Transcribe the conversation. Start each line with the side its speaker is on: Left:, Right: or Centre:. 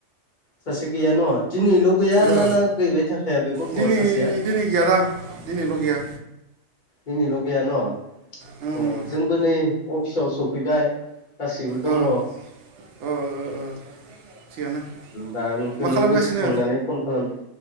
Left: सासे गैया न' दिनैल' गैया
Right: ओ
Left: ना ना गैबाय थाखाया बे गथ'आ
Right: दिनै
Left: सासेया
Right: दिनै गैया दां। दिनैल गैया।
Left: दिनैल' गैया न'
Right: ओं
Left: जोंबो नै अफिसाव सफैबाय। गासिबो दङ।
Right: ओ ओ ओ ओ थिगानो
Left: दा नोंखौनो
Right: मा खालामगासिनो
Left: गोसोखांनानै। फन खालामदो